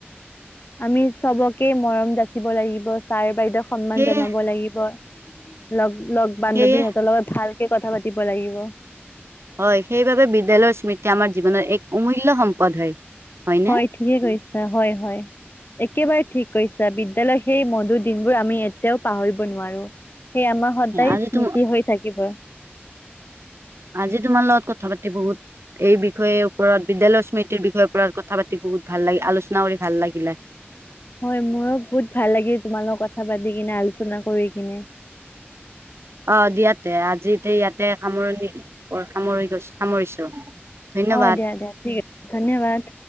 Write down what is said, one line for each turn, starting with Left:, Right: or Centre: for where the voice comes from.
Left: আমি চবকে মৰম যাচিব লাগিব ছাৰ বাইদেউ সন্মান
Right: সেয়ে
Left: জনাব লাগিব। লগ লগ বান্ধবীহঁতৰ
Right: সেয়ে
Left: লগত ভাল কথা পাতিব লাগিব।
Right: হয় সেইবাবে বিদ্যালয়ৰ স্মৃতি আমাৰ জীৱনৰ এক অমূল্য সম্পদ হয় হয়নে
Left: হয় ঠিকে কৈছা হয় হয় একেবাৰে ঠিক। কৈছা বিদ্যালয়ৰ সেই মধুৰ দিনবোৰ আমি এতিয়াও পাহৰিব নোৱাৰো। সেই আমাৰ সদায়
Right: আজি
Left: স্মৃতি
Right: তো
Left: হৈ থাকিব
Right: আজি তোমাৰ লগত কথা পাতি বহুত এই বিষয়ে ওপৰত বিদ্যালয়ৰ স্মৃতিৰ বিষয়ে ওপৰত কথা পাতি বহুত ভাল লাগিল আলোচনা কৰি ভাল লাগিলে।
Left: হয় মোৰো বহুত ভাল লাগিল তোমাল লগত কথা পাতি কিনে আলোচনা কৰি কিনে।
Right: অ দিয়াতে আজি ইয়াতে সামৰণি সামৰি গৈছো সামৰিছো ধন্যবাদ।
Left: অ দিয়া দিয়া ঠিক আছে ধন্যবাদ।